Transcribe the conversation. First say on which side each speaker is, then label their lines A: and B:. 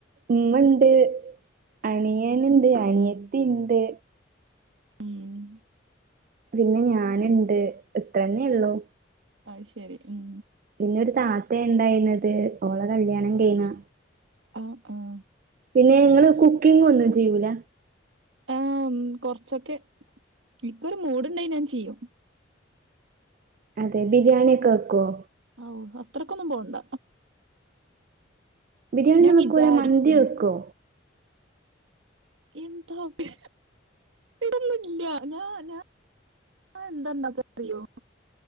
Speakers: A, on the right; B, on the right.
A: ഉമ്മണ്ട് അണിയൻനുണ്ട് അനിയത്തി ഉണ്ട്
B: ഉം
A: പിന്നെ ഞാനുണ്ട് ഇത്രന്നേ ഉള്ളു
B: അയ്ശെരി ഉം
A: പിന്നൊരു താത്ത ഉണ്ടായിരുന്നത് ഓള കല്യാണം കഴിഞ്ഞ
B: ആഹ് ആഹ്
A: പിന്നെ ങ്ങള് കുക്കിങ് ഒന്നും ചെയൂല
B: ഓ കൊറച്ചൊക്കെ ഇക്ക് ഒരു മൂഡ് ഉണ്ടെ ഞാൻ ചെയ്യും
A: അതെ ബിരിയാണി ഒക്കെ വെക്കുവോ
B: ഔ അത്രക്കൊന്നും പോണ്ട
A: ബിരിയാണി
B: ഞാൻ
A: നമുക്ക്
B: വിചാരിക്കും
A: പോലെ മന്തി വെക്കോ
B: എന്താഭി ഇടുന്നില്ല ഞ ഞ ആ എന്താണ്ടൊക്കെ അറിയോ